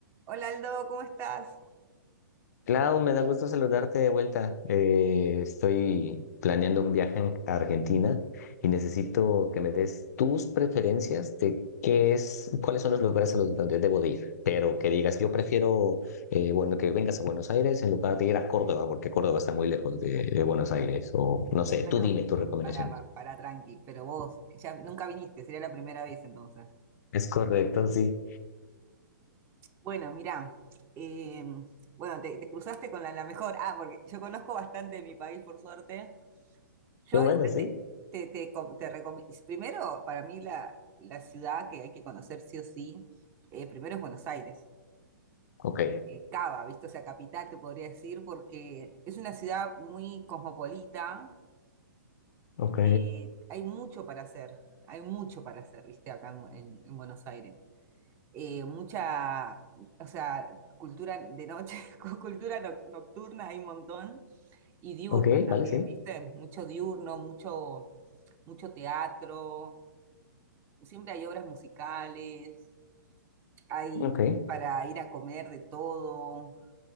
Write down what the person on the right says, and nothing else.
Hola Aldo, ¿cómo estás?
Bueno,
para, pa- para tranqui, pero vos ya nunca viniste, sería la primera vez entonces.
Bueno, mirá, eh, bueno, te, te cruzaste con la, la mejor. Ah, porque yo conozco bastante de mi país, por suerte. Yo
igual
te, te, com- te recomi- Primero, para mí la, la ciudad que hay que conocer sí o sí, eh, primero es Buenos Aires.
eh, Cava, ¿viste? O sea, capital, te podría decir, porque es una ciudad muy cosmopolita,
eh, hay mucho para hacer, hay mucho para hacer, viste, acá en, en- en Buenos Aires. Eh, mucha, o sea, cultura de noche, <laughs> cu- cultura noc- nocturna hay un montón, y diurna
también,
viste, mucho diurno, mucho, mucho teatro, siempre hay obras musicales, hay
para ir a comer de todo,